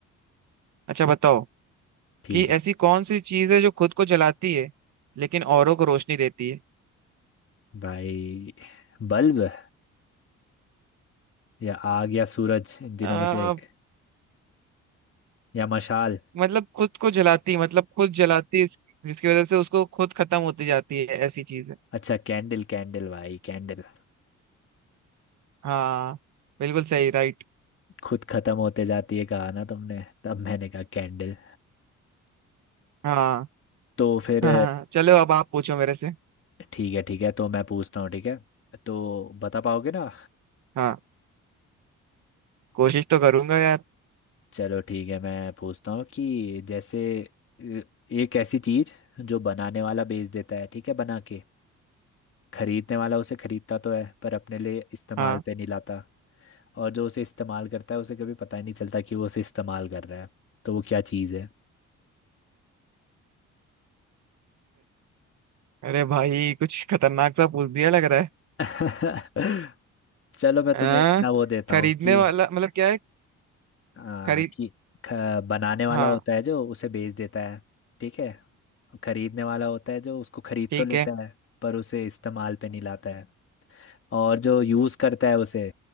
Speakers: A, on the right; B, on the left.
A: अच्छा बताओ
B: ठीक
A: कि
B: है
A: ऐसी कौन सी चीज़ है जो खुद को जलाती है लेकिन औरों को रोशनी देती है
B: भाई बल्ब या आग या सूरज इन दिनों
A: आ,
B: में से एक या मशाल
A: मतलब खुद को जलाती मतलब खुद जलाती इस- जिसकी वजह से उसको खुद खत्म होती जाती है ऐसी चीज़ है
B: अच्छा कैंडल कैंडल भाई कैंडल
A: हाँ बिल्कुल सही राइट
B: खुद खत्म होते जाती है कहा ना तुमने तब मैंने कहा कैंडल
A: हाँ
B: तो
A: <laughs>
B: फिर
A: हाँ चलो अब आप पूछो मेरे से
B: ठीक है ठीक है तो मैं पूछता हूँ ठीक है तो बता पाओगे ना
A: हाँ कोशिश तो करूंगा यार
B: चलो ठीक है मैं पूछता हूँ कि जैसे अ, एक ऐसी चीज जो बनाने वाला बेच देता है ठीक है बना के खरीदने वाला उसे खरीदता तो है पर अपने लिए इस्तेमाल
A: हाँ
B: पे नहीं लाता और जो उसे इस्तेमाल करता है उसे कभी पता ही नहीं चलता कि वो उसे इस्तेमाल कर रहा है तो वो क्या चीज है
A: अरे भाई कुछ खतरनाक सा पूछ दिया लग रहा है
B: <laughs> चलो मैं
A: हाँ
B: तुम्हें इतना वो देता
A: खरीदने
B: हूँ कि
A: वाला मतलब क्या है
B: आ,
A: खरीद
B: कि ख- बनाने वाला
A: हाँ
B: होता है जो उसे बेच देता है ठीक है खरीदने वाला होता है जो उसको खरीद
A: ठीक
B: तो लेता
A: है
B: है पर उसे इस्तेमाल पे नहीं लाता है और जो यूज़ करता है उसे